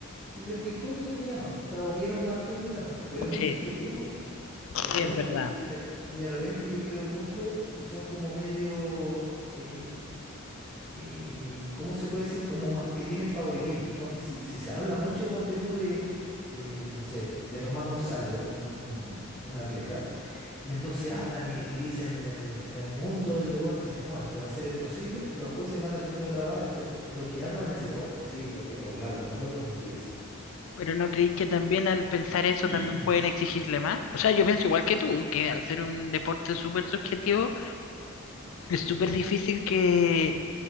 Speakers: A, in the centre; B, on the left (about 75°).
A: les tincó que tenía más, o sea, o vieron más técnica en algo, pero es
B: Sí,
A: muy subjetivo.
B: sí,
A: ¿Cachai?
B: es verdad.
A: Y, y de, y de repente yo creo mucho que son como medio, eh, eh, ¿cómo se puede decir? Como ma- que tienen favoritismo. Entonces, si, si se habla mucho, ponte tú de, de, no sé, de Tomás González, un, un- un atleta, y entonces hablan y, y dicen en el, en el mundo del deporte, dicen, no, este va a ser el posible, los jueces van a tener otra vara, entonces lo que hagan van a decir, oh, f- sí, fue espectacular, pongámosle un diez
B: Pero ¿no creéis que también al pensar eso
A: <clears throat>
B: también pueden exigirle más? O sea, yo pienso igual que tú, que al ser un deporte súper subjetivo, es súper difícil que